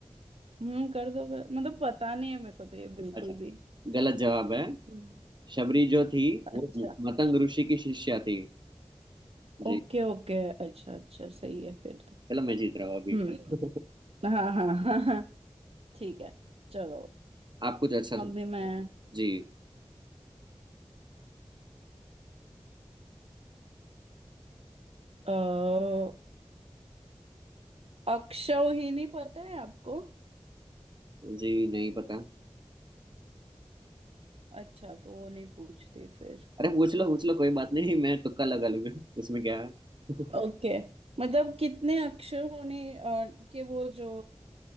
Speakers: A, on the right; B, on the right.
A: हम्म कर दो मतलब पता नहीं है मेरे को तो ये बिल्कुल
B: अच्छा
A: भी
B: गलत जवाब है
A: हम्म,
B: शबरी जो थी
A: अच्छा
B: वो मतंग ऋषि की शिष्या थी जी
A: ओके ओके अच्छा अच्छा सही है फिर तो
B: चलो मैं जीत रहा हूँ अभी
A: हम्म
B: <laughs>
A: हाँ हाँ हाँ हाँ ठीक है चलो
B: आप कुछ अच्छा से
A: अभी मैं
B: जी
A: हम्म, अक्षौहिणी पता है आपको
B: जी नहीं पता
A: अच्छा तो वो नहीं पूछते फिर
B: अरे पूछ लो पूछ लो कोई बात नहीं मैं तुक्का लगा लूंगा उसमें क्या है
A: हाँ।
B: <laughs>
A: ओके मतलब कितने अक्षर होने अ, के वो जो